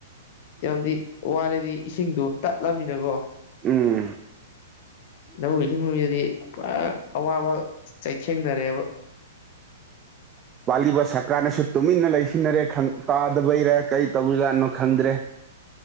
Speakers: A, on the left; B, on the right.
A: ꯌꯥꯝꯗꯤ ꯋꯥꯔꯦꯗꯤ ꯏꯁꯤꯡꯗꯣ ꯇꯠꯂꯝꯅꯤꯅꯀꯣ꯫
B: ꯎꯝ꯫
A: ꯂꯧꯎ ꯏꯁꯤꯡ ꯅꯨ ꯃꯤ ꯗꯗꯤ ꯄꯨꯔꯥ ꯑꯋꯥꯕ ꯆꯩꯊꯦꯡꯅꯔꯦꯕ
B: ꯄꯥꯜꯂꯤꯕ ꯁꯔꯀꯥꯔꯅꯁꯨ ꯇꯨꯃꯤꯟꯅ ꯂꯩꯁꯤꯟꯅꯔꯦ ꯈꯪ ꯇꯥꯗꯕꯩꯔ ꯀꯔꯤ ꯇꯧꯕꯖꯥꯠꯅꯣ ꯈꯪꯗ꯭ꯔꯦ꯫ <inaudible>